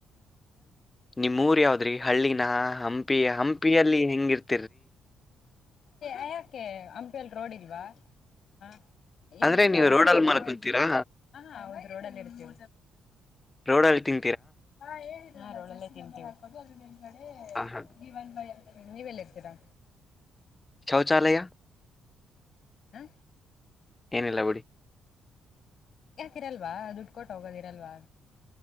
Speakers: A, on the left; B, on the left.
A: ಹ್ಮ
B: ನಿಮ್ಮೂರ ಯಾವದ್ರಿ ಹಳ್ಳಿನ ಹಂಪಿ ಹಂಪಿಯಲ್ಲಿ ಹೆಂಗಿರ್ತ
A: ಆಯಾಕೆ ಆಯಾಲ್ ರೋಡ್ ಇಲ್ವಾ ಹಾ ಏನಿಲ್ವಾ
B: ಅಂದ್ರೆ ನೀವು
A: ಹಂಪಲ್ಲಿ
B: ರೋಡಲ್ಲಿ ಮಲ್ಕೊಂತೀರಾ
A: ಹೌ ರೋಡಲ್ಲಿ ಇರ್ತೀವಿ
B: ರೋಡಲ್ಲಿ ತಿ...
A: ಹಾ ಹೇಳಿ.... ಹಾ ರೊಳ್ಳಲ್ಲೇ ತಿಂತೀವಿ.. ಮೆ
B: ಆಹಾ.
A: ಗೀವನ್ ಬೈ ನೀವೆಲ್ಲಿ ಇರ್ತೀರಾ??
B: ಶೌಚಾಲಯ
A: ಹ!
B: ಏನಿಲ್ಲ ಬಿಡಿ
A: ಯಾಕಿರಲ್ವಾ? ದುಡ್ಡು ಕೊಟ್ಟು ಹೋಗೋದಿರಲ್ವಾ?